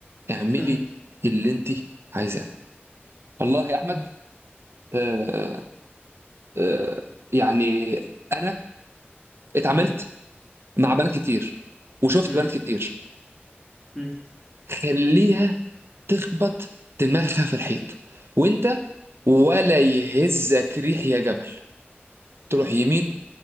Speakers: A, on the right; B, in the centre.
A: اعملي
B: م-
A: اللي انت عايزاه والله يا احمد
B: م-
A: آه، آه، يعني انا اتعاملت
B: م-
A: مع بنات كتير وشفت
B: م-
A: بنات كتير
B: م-
A: خليها تخبط دماغها في الحيط وانت ولا يهزك ريح يا جبل تروح يمين